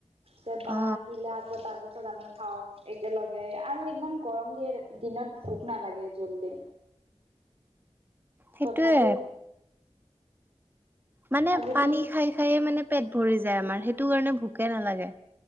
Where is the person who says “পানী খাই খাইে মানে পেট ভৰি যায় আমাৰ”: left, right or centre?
Right